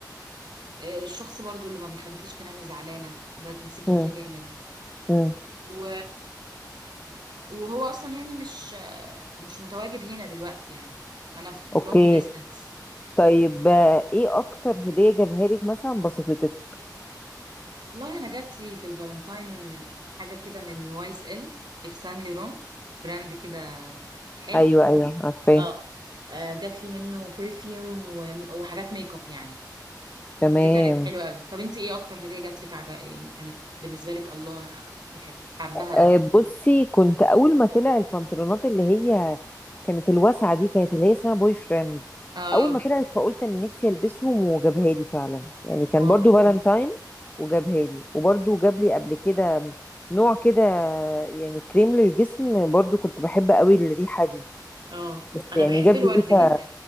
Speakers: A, on the right; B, on the left.
A: آه، الشخص برضو اللي ما بيخليكيش تنامي زعلانة ده تمسكي
B: امم
A: فيه جامد
B: امم
A: و... وهو أصلا يعني مش آه، مش متواجد هنا دلوقتي يعني أنا في
B: اوكي
A: لونج ديستانس
B: طيب آه، ايه اكتر هدية جابها لك مثلا بسطتك
A: والله أنا جات لي في الفالنتاين حاجة كده من واي اس ال في سان ليرون براند كده حلو
B: ايوه ايوه عارفاه
A: اه آه، جات لي منه برفيوم وحاجات ميك اب يعني
B: تمام
A: دي كانت حلوة قوي طب انت ايه اكتر هدية جات لك عجب يعني كانت بالنسبة لك الله انا بحب حبها
B: آه،
A: قوي
B: بصي كنت اول ما طلع البنطلونات اللي هي كانت الواسعه دي كانت اللي هي اسمها بوي فريند
A: اه
B: اول ما طلعت فقلت ان نفسي البسهم وجابها لي فعلا يعني كان
A: واو
B: برضو فالنتاين وجابها لي وبرضو جاب لي قبل كده نوع كده يعني كريم للجسم برضو كنت بحب قوي الريحه دي
A: اه
B: بس
A: انا
B: يعني
A: بحب
B: جاب
A: الورد
B: لي ريحه
A: جدا